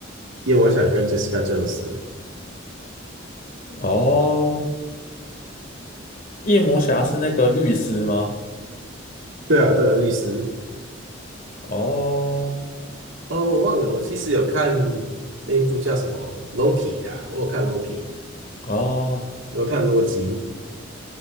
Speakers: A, on the right (about 75°); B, on the left (about 45°).
A: 夜魔侠跟 Jessica Jones，
B: 哦夜魔侠是那个律师吗？
A: 对啊对啊，律师。
B: 哦
A: 哦，我忘了，我其实有看那一部叫什么《Loki》啊，我有看《Loki》，
B: 哦，
A: 我有看《洛基》。